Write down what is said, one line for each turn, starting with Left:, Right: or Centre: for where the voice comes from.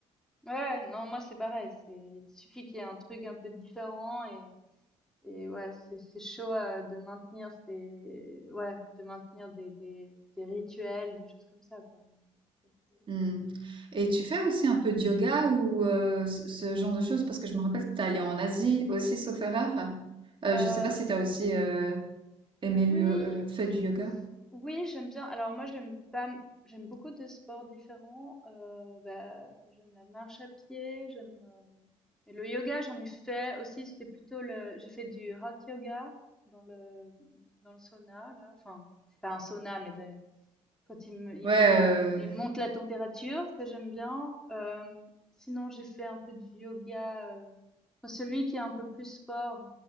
Centre: Ouais, non, moi c'est pareil. C'est, il suffit qu'il y ait un truc un peu différent. Et, et ouais, c'est, c'est chaud euh, de maintenir ces, ouais, de maintenir des, des, des rituels, des choses comme ça, quoi. Mais ça, c'est-
Right: Hmm. Et tu fais aussi un peu de yoga ou euh, ce, ce genre de choses? Parce que je me rappelle que tu allé en Asie aussi, sauf erreur. Euh,
Centre: Euh,
Right: je sais pas si tu as aussi euh, aimé
Centre: oui.
Right: le euh, fait du yoga.
Centre: Oui, j'aime bien. Alors moi, j'aime pas, m- j'aime beaucoup de sports différents. Euh, bah, j'aime la marche à pied, j'aime euh, et le yoga, j'en ai fait aussi. C'était plutôt le, j'ai fait du hot yoga dans le dans le sauna là. Enfin, c'est pas un sauna, mais des- quand il me, il,
Right: Ouais,
Centre: mon-
Right: euh,
Centre: il- il monte la température, ça j'aime bien. Euh, sinon, j'ai fait un peu du yoga. euh, enfin, celui qui est un peu plus sport,